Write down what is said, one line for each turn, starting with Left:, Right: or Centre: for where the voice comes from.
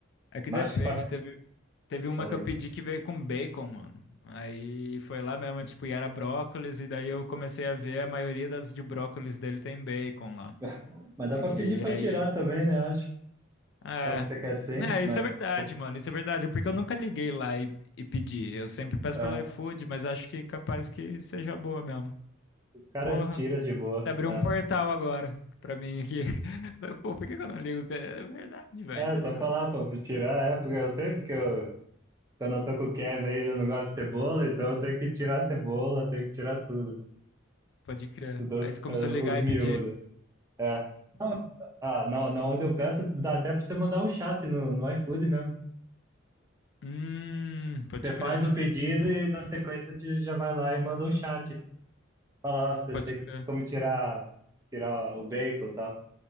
Left: é que
Right: Mas
Left: depende.
Right: acho que pa...
Left: Teve, teve uma
Right: falei.
Left: que eu pedi que veio com bacon, mano. Aí foi lá mesmo, tipo, e era brócolis, e daí eu comecei a ver a maioria das de brócolis dele tem bacon lá.
Right: <laughs> Mas dá
Left: E
Right: pra pedir pra
Left: aí.
Right: tirar também, né? Acho.
Left: É,
Right: Fala que você quer sim,
Left: né,
Right: mas
Left: isso é verdade,
Right: co-
Left: mano. Isso é verdade. É porque eu nunca liguei lá e, e pedi. Eu sempre peço
Right: é,
Left: pelo iFood, mas acho que capaz que seja boa mesmo.
Right: o cara
Left: Porra,
Right: tira de boa.
Left: abriu
Right: É,
Left: um portal agora pra mim aqui. <laughs> Falei, Pô, por que que eu não ligo? pra- É verdade, velho,
Right: É,
Left: tá
Right: só
Left: ligado?
Right: falar pra tirar, é, porque eu sei, porque eu, quando eu tô com o Kevin aí, ele não gosta de cebola, então eu tenho que tirar a cebola, eu tenho que tirar tudo.
Left: Pode crer.
Right: Tudo
Left: Aí você começou
Right: é,
Left: a
Right: os
Left: ligar
Right: miúdos.
Left: e pedir.
Right: É. Não, ah, não, na onde eu peço, dá até pra você mandar um chat no, no iFood mesmo.
Left: Hum, pode
Right: Você
Left: crer.
Right: faz o pedido e na sequência você já vai lá e manda um chat. Falar, você
Left: Pode
Right: tem
Left: crer.
Right: como tirar, tirar o bacon e tal.